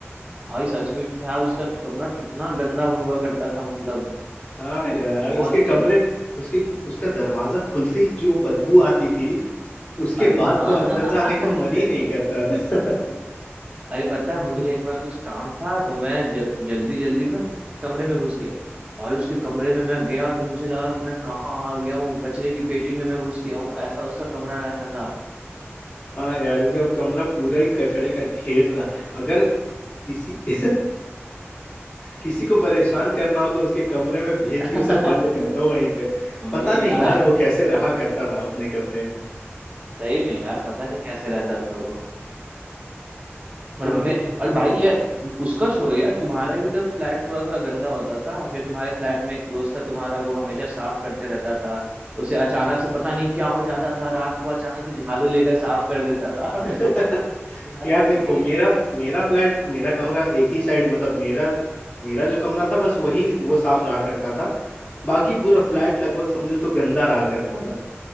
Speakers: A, on the right; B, on the left.
A: भाई सच में यार उसका कमरा कितना गंदा हुआ करता था मतलब
B: हाँ यार
A: बहुत
B: उसके कमरे
A: ही
B: उसके उसका दरवाजा खुलते ही जो बदबू आती थी उसके
A: अरे
B: बाद
A: हाँ
B: तो अंदर जाने
A: <laughs>
B: का मन ही नहीं करता था
A: अरे पता है मुझे एक बार कुछ काम था तो मैं ज, जल्दी जल्दी में कमरे में घुस गया और उसके कमरे में मैं गया तो मुझे लगा कि मैं कहाँ आ गया हूँ कचरे की पेटी में मैं घुस गया हूँ ऐसा उसका कमरा रहता था
B: <laughs> हाँ यार उसका कमरा पूरा ही कचड़े का ढेर था अगर किसी <laughs> किसी को परेशान करना हो तो उसके कमरे में भेज
A: <laughs>
B: के उसे बंद कर दो वहीं पे
A: वही
B: पता नहीं
A: यार
B: यार वो कैसे रहा करता था अपने कमरे में
A: सही में यार पता नहीं कैसे रहता था वो
B: तो,
A: और हमें
B: तो...
A: और भाई ये उसका छोड़ो यार तुम्हारा भी तो फ्लैट थोड़ा थोड़ा गंदा होता था फिर तुम्हारे फ्लैट में एक दोस्त था तुम्हारा वो हमेशा साफ करते रहता था उसे अचानक से पता नहीं क्या हो जाता था रात को अचानक से झाड़ू लेकर साफ कर देता था <laughs>
B: <laughs>
A: याद
B: यार
A: है
B: देखो
A: या नहीं
B: मेरा मेरा फ्लैट मेरा कमरा एक ही साइड मतलब मेरा मेरा जो कमरा था बस वही वो साफ रहा करता था बाकी पूरा फ्लैट लगभग समझो तो गंदा रहा करता था